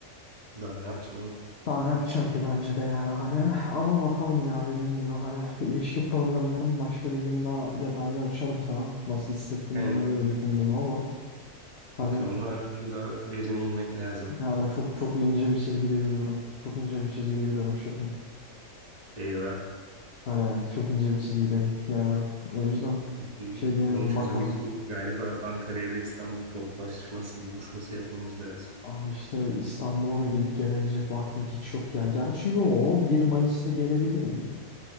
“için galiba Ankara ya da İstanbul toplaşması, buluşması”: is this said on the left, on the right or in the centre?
Right